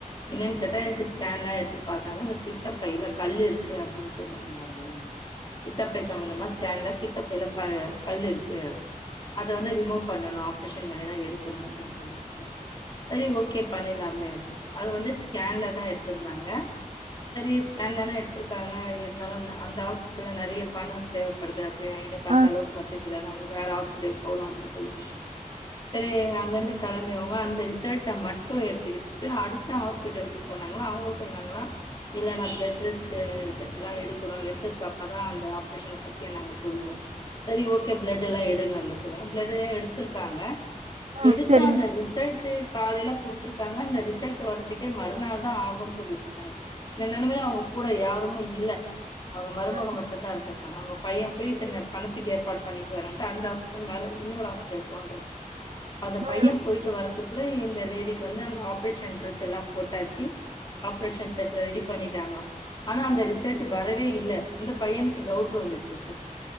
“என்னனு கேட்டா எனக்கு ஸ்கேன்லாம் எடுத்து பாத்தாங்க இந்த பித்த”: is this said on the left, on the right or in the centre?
Left